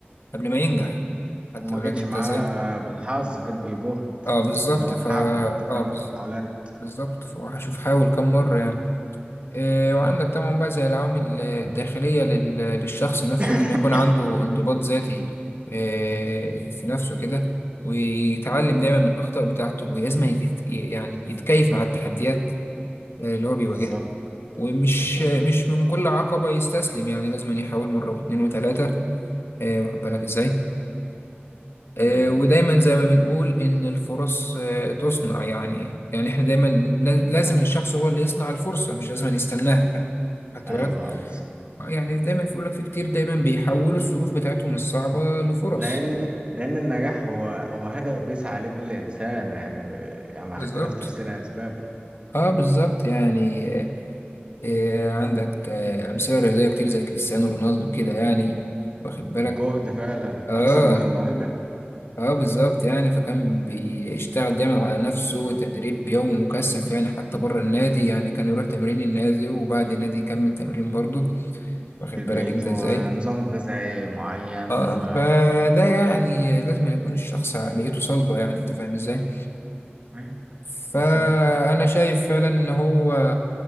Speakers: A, on the left; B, on the right.
A: قبل ما ينجح خدت
B: وما
A: بالك
B: جيتش
A: أنت
B: معاه
A: إزاي؟
B: آه، بالحظ جيت بالجهد
A: أه بالظبط
B: إن هو
A: فا
B: حاول تكرار
A: أه بز-
B: المحاولات
A: بالظبط فهشوف حاول كام مرة يعني إيه، وعندك طبعا بقى زي العوامل آه، الداخلية لل- للشخص نفسه
B: <laughs>
A: لازم يكون عنده انضباط ذاتي إيه، في نفسه كده ويتعلم دايما من الأخطاء بتاعته ولازم يت- يعني يتكيف مع التحديات آه، اللي هو بيواجهها
B: بالظبط
A: ومش
B: بالظبط
A: آه، مش من كل عقبة يستسلم يعني لازم يحاول مرة واتنين وتلاتة آه، واخد بالك ازاي آه،
B: مم.
A: ودايما زي ما بنقول إن الفرص آه، تصنع يعني يعني احنا دايما لازم الشخص هو اللي يصنع الفرصة مش لازم يستناها يعني خدت
B: أيوه
A: بالك
B: بالظبط
A: يعني دايما بيقول لك في كتير دايما بيحولوا الظروف بتاعتهم الصعبة لفرص
B: لأن لأن النجاح هو هو هدف بيسعى عليه كل إنسان يعني يعني مع
A: بالظبط
B: اختلاف تفسير أسبابه
A: اه بالظبط يعني آه عندك آه أمثلة رياضية كتير زي كريستيانو رونالدو كده يعني واخد
B: والجهد
A: بالك
B: فعلا
A: اه
B: أكثر من الموهبة
A: اه بالظبط يعني فكان بيشتغل دايما على نفسه تدريب يومي مكثف يعني حتى بره النادي يعني كان يروح تمرين النادي وبعد النادي يكمل تمرين برضه واخد
B: في البيت
A: بالك انت
B: ونظام
A: ازاي
B: غذائي معين
A: اه
B: و
A: فده يعني لازم يكون الشخص عقليته صلبة يعني انت فاهم ازاي
B: أيوه
A: فأنا
B: بالظبط
A: شايف فعلا إن هو